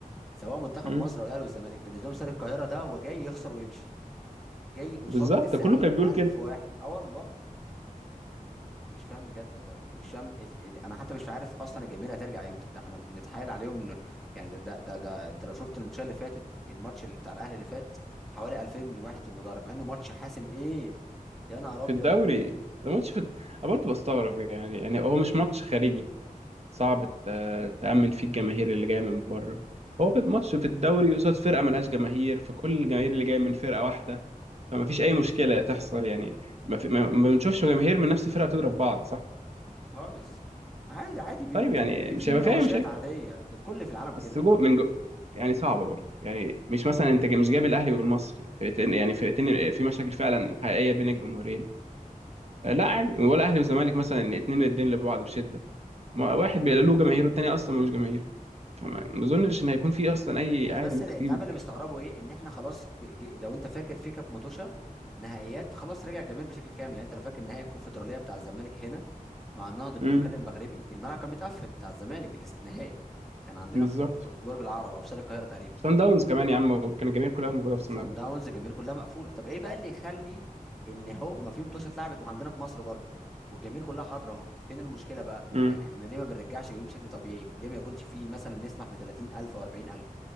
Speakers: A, in the centre; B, on the right (about 45°).
A: سواء منتخب
B: امم
A: مصر او الاهلي والزمالك بالنسبه لهم استاد القاهره ده هو جاي يخسر ويمشي جاي قصاد
B: بالظبط
A: 90000
B: ده كله كان بيقول كده
A: واحد اه والله مش فاهم بجد هو م- مش فاهم ال... ال... انا حتى مش عارف اصلا الجماهير هترجع امتى ده احنا بنتحايل عليهم إن... يعني ده, ده ده ده انت لو شفت الماتش اللي فاتت الماتش اللي بتاع الاهلي اللي فات حوالي 2000 واحد في المدرج مع انه ماتش حاسم ايه يا نهار ابيض
B: في الدوري الماتش في الد- انا برضه بستغرب يعني يعني هو مش ماتش خارجي صعب ت- تأمن فيه الجماهير اللي جاية من بره هو بيبقى ماتش في الدوري قصاد فرقة ملهاش جماهير فكل الجماهير اللي جاية من فرقة واحدة فما فيش أي مشكلة تحصل يعني ما, في ما ما بنشوفش جماهير من نفس الفرقة بتضرب بعض صح؟
A: خالص عادي عادي بيكون
B: طيب
A: في
B: يعني
A: في,
B: مش
A: في
B: هيبقى
A: مناوشات
B: في أي مشاكل
A: عاديه ده في كل في العالم كده
B: بس جو من جو يعني صعبة برضه يعني مش مثلا أنت مش جايب الأهلي والمصري فرقتين يعني فرقتين في مشاكل فعلا حقيقية بين الجمهورين آه، لا عادي ولا اهلي وزمالك مثلا إن اتنين الدين لبعض بشده ما واحد بيبقى له جماهير والتاني اصلا ملوش جماهير فما ما اظنش ان هيكون في اصلا اي
A: انا
B: عادي
A: بس
B: ممكن
A: اللي
B: تجيب
A: انت عارف اللي مستغربه ايه ان احنا خلاص ج... ج... لو انت فاكر في كاب موتوشا نهائيات خلاص رجع جميل بشكل كامل يعني انت لو فاكر نهائي الكونفدراليه بتاع الزمالك هنا مع النهضه البركان
B: امم
A: المغربي الملعب كان متقفل بتاع الزمالك الاستثنائي كان عندنا
B: بالظبط
A: في, في... في برج العرب او في شارع القاهره تقريبا
B: سان داونز كمان يا عم كان الجماهير كلها موجوده في
A: سان
B: سان داونز
A: داونز الجماهير كلها مقفوله طب ايه بقى اللي يخلي ان هو ما في متوشه اتلعبت وعندنا في مصر برضه والجماهير كلها حاضره اهو فين المشكله بقى
B: امم
A: يعني احنا ليه ما بنرجعش جماهير بشكل طبيعي ليه ما يكونش في مثلا نسمح ب 30000 او 40000